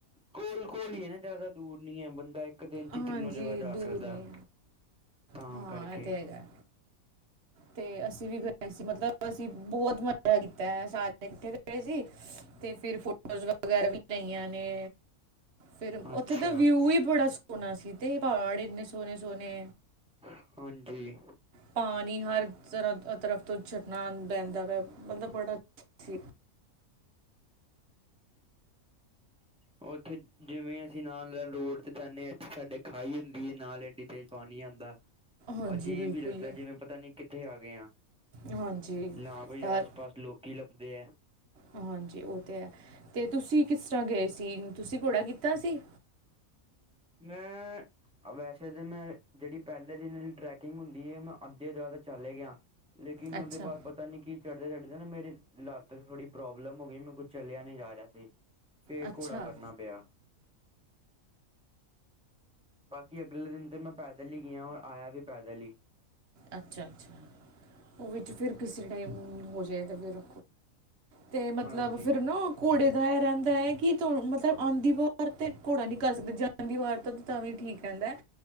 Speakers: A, in the centre; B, on the right.
A: ਕੋਲ ਕੋਲ ਹੀ ਹੈ ਨਾ ਜ਼ਿਆਦਾ ਦੂਰ ਨਹੀਂ ਹੈ ਬੰਦਾ ਇੱਕ ਇੱਕ ਦਿਨ ਚ
B: ਹਾਂਜੀ
A: ਤਿੰਨੋ ਜਗ੍ਹਾ ਜਾ
B: ਦੂਰ
A: ਸਕਦਾ
B: ਨੇ
A: ਤਾਂ
B: ਹਾਂ
A: ਕਰਕੇ।
B: ਇਹ ਤੇ ਹੈਗਾ ਤੇ ਅਸੀਂ ਵੀ ਗਏ ਸੀ। ਮਤਲਬ ਅਸੀਂ ਬਹੁਤ ਮਜ਼ਾ ਕੀਤਾ ਐ। ਸਾਰੇ ਇਕੱਠੇ ਗਏ ਸੀ। ਤੇ ਫਿਰ ਫੋਟੋਜ਼ ਵਗੈਰਾ ਵੀ ਕਰਾਈਆਂ ਨੇ। ਫਿਰ
A: ਅੱਛਾ
B: ਓਥੇ ਦਾ ਵਿਊ ਹੀ ਬੜਾ ਸੋਹਣਾ ਸੀ ਤੇ ਪਹਾੜ ਇੰਨੇ ਸੋਹਣੇ-ਸੋਹਣੇ
A: ਹਾਂਜੀ। ਠੀਕ
B: ਪਾਣੀ ਹਰ ਤਰ੍ਹਾਂ ਤਰਫ ਤੋਂ ਚਰਣਾ ਪੈਂਦਾ ਵਾ ਮਤਲਬ ਬੜਾ ਸੀ।
A: ਹੁ ਉੱਥੇ ਜਿਵੇਂ ਅਸੀਂ ਨਾਲ ਰੋਡ ਚ ਜਾਂਦੇ ਹਾਂ। ਇਥੇ ਸਾਡੇ ਖਾਈ ਹੁੰਦੀ ਹੈ ਨਾਲ ਏਡੀ ਤੇਜ਼ ਪਾਣੀ ਆਉਂਦਾ।
B: ਹਾਂਜੀ
A: ਅਜੀਬ
B: ਬਿਲਕੁਲ
A: ਹੀ ਲੱਗਦਾ ਜਿਵੇਂ ਪਤਾ ਨਹੀਂ ਕਿ ਕਿੱਥੇ ਆ ਗਏ ਆ?
B: ਹਾਂਜੀ
A: ਨਾ ਕੋਈ
B: ਯਾਰ
A: ਆਸ ਪਾਸ ਲੋਕੀ ਲੱਭਦੇ ਹੈ।
B: ਹਾਂਜੀ ਉਹ ਤੇ ਹੈ ਤੇ ਤੁਸੀਂ ਕਿਸ ਤਰ੍ਹਾਂ ਗਏ ਸੀ? ਤੁਸੀਂ ਘੋੜਾ ਕੀਤਾ ਸੀ?
A: ਮੈਂ ਵੈਸੇ ਤਾਂ ਮੈਂ ਜਿਹੜੀ ਪਹਿਲੇ ਦਿਨ ਟਰੈਕਿੰਗ ਹੁੰਦੀ ਹੈ ਮੈਂ ਅੱਧੇ ਜਿਆਦਾ ਚੱਲ ਗਿਆ। ਲੇਕਿਨ
B: ਅੱਛਾ
A: ਉਹਦੇ ਬਾਅਦ ਪਤਾ ਨਹੀਂ ਕੀ ਚੜ੍ਹਦੇ ਚੜ੍ਹਦੇ ਨਾ ਮੇਰੇ ਲੱਤ ਚ ਥੋੜੀ ਪ੍ਰੋਬਲਮ ਹੋ ਗਈ। ਮੇਰੇ ਕੋ ਚੱਲਿਆ ਨਹੀਂ ਜਾ ਰਿਹਾ ਸੀ। ਫਿਰ
B: ਅੱਛਾ
A: ਘੋੜਾ ਕਰਨਾ ਪਿਆ। ਬਾਕੀ ਅਗਲੇ ਦਿਨ ਤੇ ਮੈਂ ਪੈਦਲ ਹੀ ਗਿਆ ਔਰ ਆਇਆ ਵੀ ਪੈਦਲ ਹੀ।
B: ਅੱਛਾ ਅੱਛਾ। ਉਹ ਵਿੱਚ ਫਿਰ ਕਿਸੇ ਟਾਈਮ ਹੋ ਜਾਵੇ ਤਾਂ ਫਿਰ ਤੇ ਮਤਲਬ
A: ਹਾਂਜੀ
B: ਫਿਰ ਨਾ। ਘੋੜੇ ਦਾ ਇਹ ਰਹਿੰਦਾ ਹੈ ਕਿ ਤੁਹਾਨੂੰ ਮਤਲਬ ਆਉਂਦੀ ਵਾਰ ਤੇ ਘੋੜਾ ਨਹੀਂ ਕਰ ਸਕਦੇ ਜਾਂ ਦੀ ਵਾਰ ਤਾਂ ਤਾਂ ਵੀ ਠੀਕ ਰਹਿੰਦਾ ਹੈ।